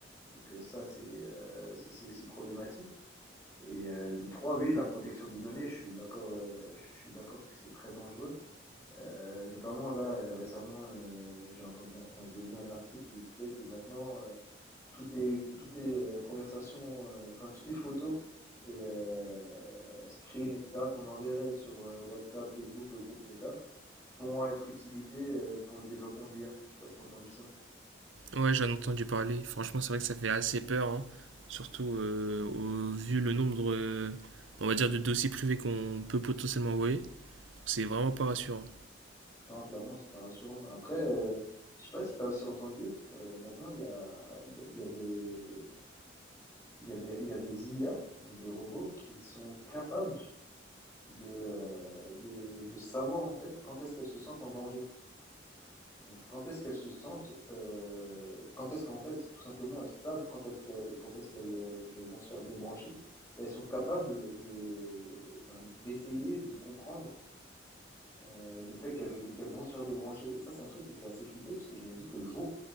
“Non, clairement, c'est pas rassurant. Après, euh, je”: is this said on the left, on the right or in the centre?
Left